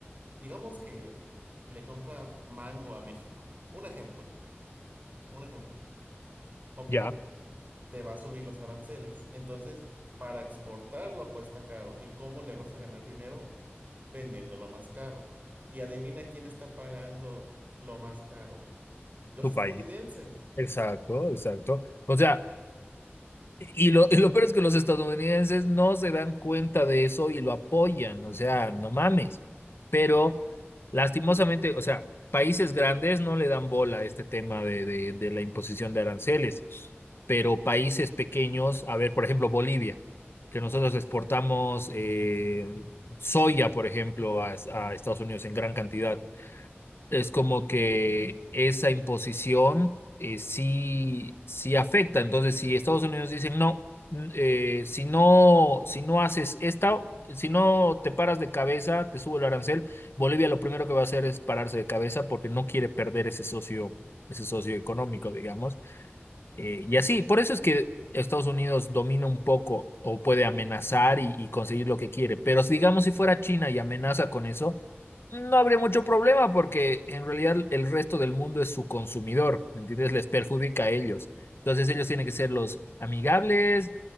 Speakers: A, on the right (about 40°); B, on the left (about 65°).
A: digamos que le compra mango a México. Un ejemplo, un ejemplo. Ok,
B: Ya,
A: te va a subir los aranceles. Entonces, para exportarlo cuesta caro. ¿Y cómo le vas a ganar dinero? Vendiéndolo más caro. Y adivina quién está pagando lo más caro. Los
B: tu
A: estadounidenses.
B: país. Exacto, exacto. O sea, Y lo, y lo peor es que los estadounidenses no se dan cuenta de eso y lo apoyan, o sea, no mames. Pero lastimosamente, o sea, países grandes no le dan bola a este tema de, de, de la imposición de aranceles, pero países pequeños, a ver, por ejemplo, Bolivia, que nosotros exportamos eh, soya, por ejemplo, a, a Estados Unidos en gran cantidad. Es como que esa imposición eh, sí, sí afecta. Entonces, si Estados Unidos dice, no, mm, eh, si no, si no haces esta, si no te paras de cabeza, te subo el arancel, Bolivia lo primero que va a hacer es pararse de cabeza porque no quiere perder ese socio, ese socio económico, digamos. Eh, y así, por eso es que Estados Unidos domina un poco o puede amenazar y, y conseguir lo que quiere. Pero si, digamos si fuera China y amenaza con eso, no habría mucho problema porque en realidad el resto del mundo es su consumidor, ¿me entiendes? Les perjudica a ellos. Entonces ellos tienen que ser los amigables,